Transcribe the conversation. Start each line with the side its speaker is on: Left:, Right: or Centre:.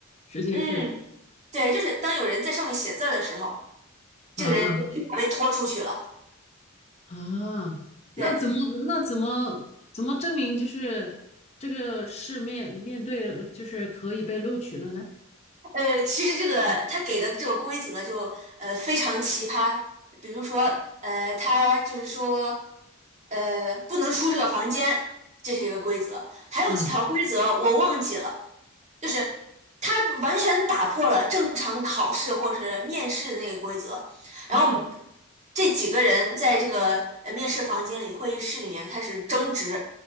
Left: 直接是
Right: 嗯，对，就是当有人在上面写字儿的时候，这个人就立马被拖出去了。
Left: 啊啊！那怎么那怎么怎么证明就是这个是面面对就是可以被录取了呢？
Right: 对，呃，其实这个他给的这个规则就呃非常奇葩，比如说呃，他就是说呃不能出这个房间，这是一个规则，还有几条规则我忘记了，
Left: 嗯
Right: 就是他完全打破了正常考试或是面试的那个规则，然后我们
Left: 嗯，
Right: 这几个人在这个呃面试房间里会议室里面开始争执，